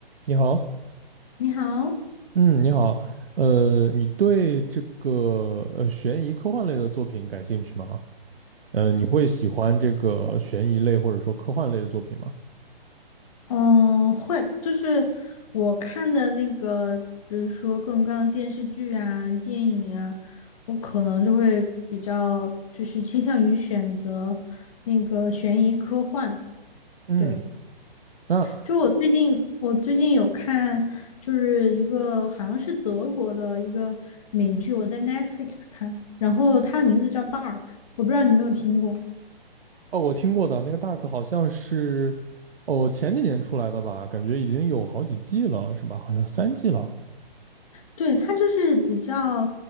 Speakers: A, on the right; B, on the left.
A: 你好，
B: 你好，
A: 嗯，你好，呃，你对这个呃悬疑科幻类的作品感兴趣吗？呃，你会喜欢这个悬疑类或者说科幻类的作品吗？
B: 嗯，会，就是我看的那个，比如说各种各样的电视剧啊、电影啊，我可能就会比较就是倾向于选择那个悬疑科幻。
A: 嗯，
B: 对，
A: 那
B: 就我最近我最近有看，就是一个好像是德国的一个美剧，我在 Netflix 看的，然后它的名字叫《Dark》，我不知道你有没有听过。
A: 哦，我听过的那个 Dark 好像是哦前几年出来的吧，感觉已经有好几季了，是吧？好像三季了。
B: 对，它就是比较，